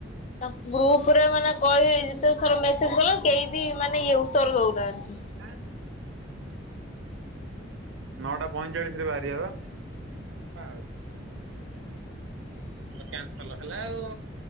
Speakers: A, on the left; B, on the right.
A: ତା ଗ୍ରୁପ ରେ ମାନେ କହି ହେଇ ଯେତେ ଥର ମେସେଜ କଲେ କେହି ବି ମାନେ ଇଏ ଉତ୍ତର ଦଉନାହାନ୍ତି।
B: ହଁ। ନଅଟା ପଇଁଚାଳିଶ ରେ ବାହାରିବା ବା। ପା କ୍ୟାନସଲ ହେଲା ଆଉ।